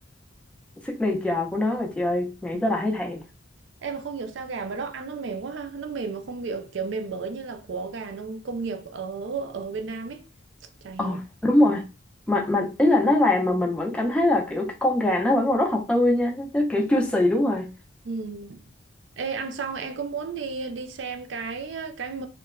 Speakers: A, in the centre; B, on the right.
A: Signature của nó rồi chị ơi, nghĩ
B: Ừ.
A: tới là thấy thèm.
B: Em mà không hiểu sao gà mà đó ăn nó mềm quá ha, nó mềm mà không bị kiểu mềm bở như là của gà nông công nghiệp ở ở Việt Nam ấy. Chả hiểu.
A: Ồ, đúng rồi. Mà, mà ý là nó làm mà mình vẫn cảm thấy là kiểu cái con gà nó vẫn còn rất là tươi nha, nó, nó kiểu chưa xì đúng rồi.
B: Ừ. Ê, ăn xong em có muốn đi đi xem cái cái M